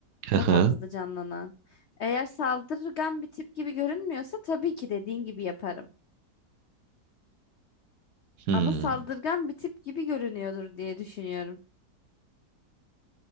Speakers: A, on the right; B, on the left.
A: Hı
B: Kafamızda
A: hı.
B: canlanan. Eğer saldırgan bir tip gibi görünmüyorsa tabii ki dediğin gibi yaparım.
A: Hmm.
B: Ama saldırgan bir tip gibi görünüyordur diye düşünüyorum.